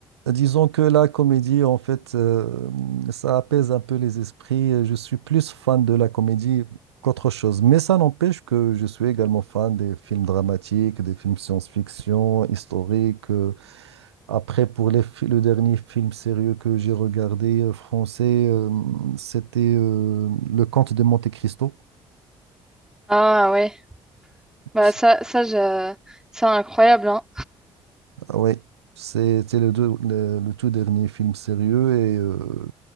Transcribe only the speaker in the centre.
Ah ouais, bah
ça, ça, j'a- c'est incroyable, hein.